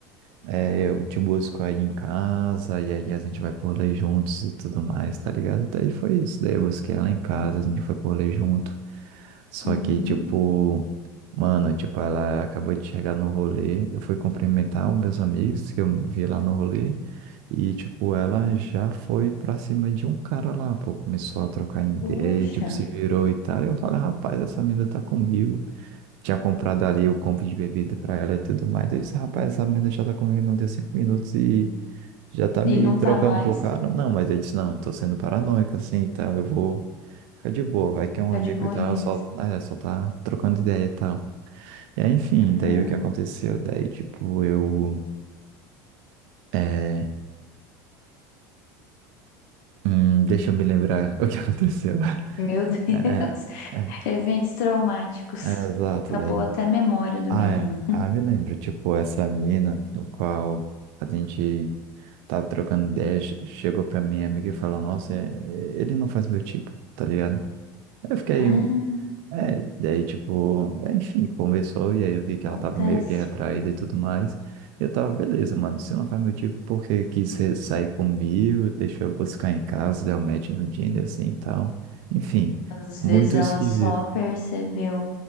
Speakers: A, on the right (about 70°); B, on the left (about 75°).
A: É, eu te busco aí em casa, e aí a gente vai por ler juntos e tudo mais, tá ligado? Daí foi isso, daí eu busquei ela em casa, a gente foi por ler junto. Só
B: Uhum.
A: que, tipo, mano, tipo, ela acabou de chegar no rolê, eu fui cumprimentar os meus amigos que eu vi lá no rolê, e, tipo, ela já foi pra cima de um cara lá, pô, começou a trocar ideia,
B: Poxa.
A: tipo, se virou e tal, eu falei, rapaz, essa menina tá comigo tinha comprado ali o combo de bebida pra ela e tudo mais. Eu disse, rapaz, essa menina já tá comigo, não deu cinco minutos e já tá me
B: E não
A: trocando
B: tá mais.
A: por cara. Não, mas eu disse, não, eu tô sendo paranoico assim, então eu vou ficar de boa, vai que é um
B: Tá
A: amigo
B: de boinhas.
A: e tal, só, né, só tá trocando ideia e tal. E aí, enfim,
B: Ah,
A: daí o que aconteceu? Daí, tipo, eu. É, hum, deixa eu me lembrar <laughs> o que aconteceu.
B: meu Deus. <laughs>
A: É, é, é,
B: Eventos traumáticos.
A: é, exato,
B: Acabou
A: daí.
B: até a memória do
A: Ah,
B: menino.
A: é. Ah, me lembro, tipo, essa mina, no qual a gente tava trocando ideia, che- chegou pra minha amiga e falou, nossa, é- é- ele não faz meu tipo, tá ligado? Eu fiquei,
B: Ah,
A: é, daí, tipo, é, enfim, conversou, e aí eu vi que
B: acontece.
A: ela tava meio que retraída e tudo mais. Eu tava, beleza, mano, se não faz meu tipo, porque quis re- sair comigo, deixou eu buscar em casa, deu match no Tinder, assim, e tal. Enfim,
B: Às
A: muito
B: vezes ela
A: esquisito.
B: só percebeu